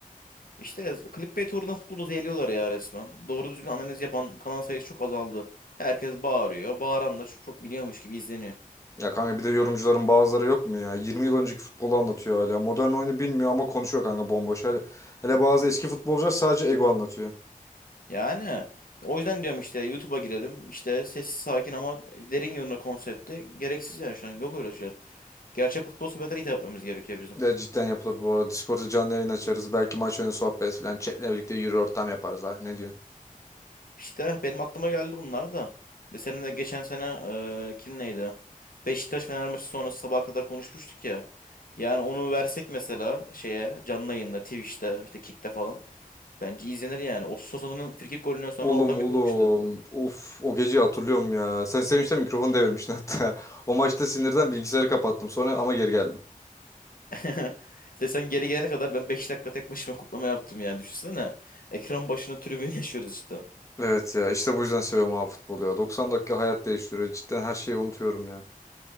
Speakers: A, on the left (about 75°); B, on the left (about 20°).
A: İşte clickbait uğruna futbolu zehirliyorlar ya resmen. Doğru düzgün analiz yapan kanal sayısı çok azaldı. Herkes bağırıyor. Bağıran da çok çok biliyormuş gibi izleniyor.
B: Ya kanka bir de yorumcuların bazıları yok mu ya? yirmi yıl önceki futbolu anlatıyor hala. Modern oyunu bilmiyor ama konuşuyor kanka bomboş. Hele, hele bazı eski futbolcular sadece ego anlatıyor.
A: Yani o yüzden diyorum işte YouTube'a girelim. İşte sessiz sakin ama derin yorumla konsepti. Gereksiz yani şu an. Yok öyle şu an. Gerçek futbol sohbetleri hitap etmemiz gerekiyor bizim.
B: Ya cidden yapılır bu arada. Discord'da canlı yayın açarız. Belki maç önü sohbet falan. Chat'le birlikte yürü ortam yaparız ha. Ne diyorsun?
A: İşte benim aklıma geldi bunlar da. De seninle de geçen sene e, kim neydi? Beşiktaş Fener maçı sonrası sabaha kadar konuşmuştuk ya. Yani onu versek mesela şeye canlı yayında Twitch'te işte Kick'te falan. Bence izlenir yani. O Sosa'nın frikik golünden sonra
B: Oğlum
A: ortam
B: oğlum.
A: yıkılmıştı.
B: Uf o geceyi hatırlıyorum ya. Sen sevinçten mikrofonu devirmiştin hatta. <laughs> O maçta sinirden bilgisayarı kapattım sonra ama geri geldim.
A: <laughs> İşte sen geri gelene kadar ben 5 dakika tek başıma kutlama yaptım yani düşünsene. Ekran başına tribün <laughs> yaşıyoruz işte.
B: Evet ya işte bu yüzden seviyorum abi futbolu ya. 90 dakika hayat değiştiriyor. Cidden her şeyi unutuyorum ya.